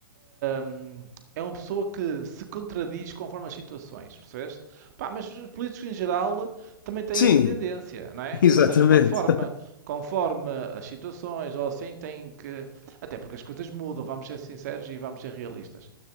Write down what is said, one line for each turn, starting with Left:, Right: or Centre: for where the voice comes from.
Right: hum, é uma pessoa que se contradiz conforme as situações, percebeste? Pá, mas os políticos em geral também têm
Left: Sim,
Right: essa tendência, não é?
Left: <laughs> exatamente.
Right: Ou seja, conforme, conforme as situações, ou assim, têm que. Até porque as coisas mudam, vamos ser sinceros e vamos ser realistas.